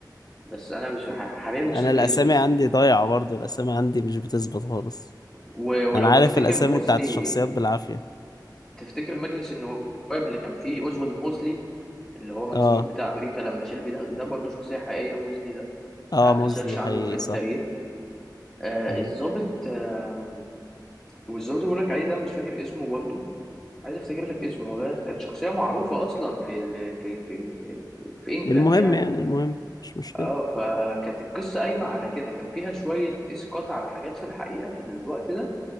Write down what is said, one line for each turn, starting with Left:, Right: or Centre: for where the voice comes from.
Centre: بس انا مش ح- حاليا مش
Left: انا
Centre: فاكر
Left: الاسامي
Centre: اسمه
Left: عندي ضايعه برضو الاسامي عندي مش بتثبت خالص
Centre: و- ولو
Left: انا عارف
Centre: تفتكر
Left: الاسامي
Centre: موزلي
Left: بتاعت الشخصيات بالعافيه
Centre: تفتكر مجلس النواب اللي كان فيه اوزولد موزلي اللي هو مجلس
Left: اه
Centre: النواب بتاع امريكا لما شيلبي ده ده برضه شخصيه حقيقيه موزلي ده
Left: اه
Centre: اعمل
Left: مزي
Centre: سيرش
Left: حقيقي
Centre: عنه في التاريخ
Left: صح
Centre: آه
Left: ايوه
Centre: الضابط آم، والظابط اللي بقول لك عليه ده مش فاكر اسمه برضه عايز افتكر لك اسمه والله كان شخصيه معروفه اصلا في ال... في في في في, في انجلاند
Left: المهم
Centre: يعني
Left: يعني المهم مش مشكله
Centre: اه فكانت القصه قايمه على كده كان فيها شويه اسقاط على حاجات في الحقيقه في الوقت ده